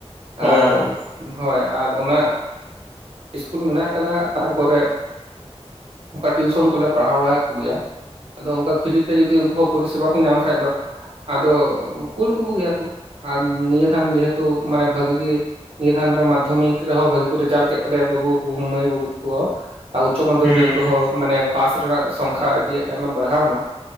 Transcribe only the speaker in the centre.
ᱚ
ᱦᱚᱸ
ᱦᱩᱸ